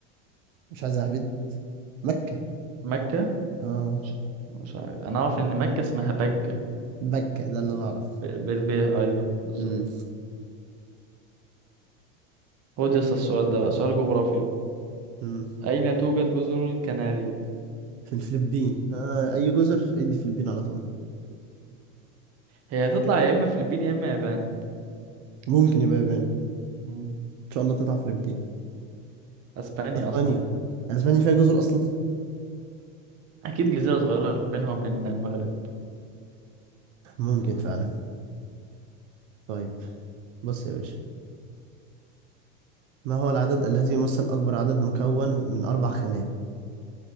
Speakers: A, on the right; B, on the right.
A: مش عايز اهبد مكة
B: مكة
A: اه
B: مش مش عارف أنا أعرف إن مكة اسمها بكة
A: مكة ده اللي انا اعرفه
B: ب- بالبيه أيوه بالظبط
A: امم
B: خد يا اسطى السؤال ده بقى سؤال جغرافيا
A: امم
B: أين توجد جزر الكناري
A: في الفلبين آه اي جزر ادي فلبين على طول
B: هي هتطلع يا اما فلبين يا اما يابان
A: ممكن يبقى يابان ان
B: مم.
A: شاء الله تطلع فلبين
B: اسبانيا
A: اسبانيا
B: اصلا
A: اسبانيا فيها جزر اصلا
B: اكيد جزيره صغيره بينها وبين المغرب
A: ممكن فعلا طيب بص يا باشا ما هو العدد الذي يمثل اكبر عدد مكون من اربع خانات